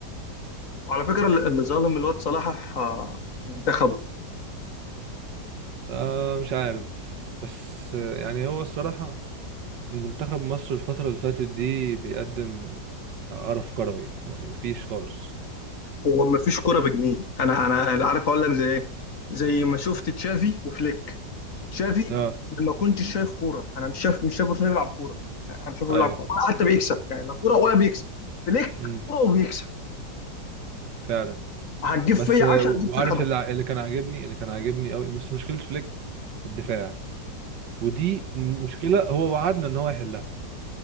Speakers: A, on the left; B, on the right.
A: وعلى فكره اللي اللي ظالم الواد صلاح آه، منتخبه
B: آه مش عارف بس آه، يعني هو الصراحة منتخب مصر الفترة اللي فاتت دي بيقدم قرف كروي يعني مفيش خالص
A: هو ما فيش كوره بجنيه انا انا عارف اقول لك زي ايه زي ما شفت تشافي وفليك تشافي
B: اه
A: لما كنت شايف كوره انا مش شايف مش شايف برشلونه بيلعب كوره يعني انا شايفه
B: ايوه
A: بيلعب كوره ولا حتى بيكسب يعني لا كوره ولا بيكسب فليك
B: امم
A: كوره وبيكسب
B: فعلا
A: هتجيب
B: بس
A: فيا
B: آه،
A: 10
B: وعارف
A: هتجيب فيك 11
B: اللي اللي كان عاجبني اللي كان عاجبني قوي بس مشكلة فليك الدفاع ودي مشكله هو وعدنا ان هو يحلها